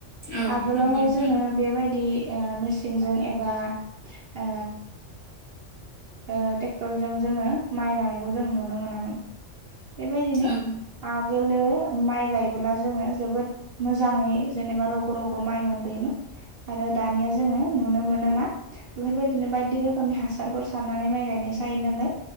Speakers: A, on the left; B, on the right.
A: औ
B: आगोलावहाय
A: नंगौ नोंथां
B: जोङो बेबायदि ओ मेसेनजों एबा ओ ओ ट्रेक्टरजों जोङो माइ नानायखौ जों नुनो मोना मोन बेबायदिनो
A: औ
B: आगोलो माइ गायबोला जोङो जोबोद मोजांङै जेनेबा रग'-रग' माइ मोनबोयोमोन। आरो दानिया जोङो नुनो मोनो मा बेफोरबायदिनो बायदि रोखोमनि हासारफोर सारनानै माइ गायनाय जायोनालाय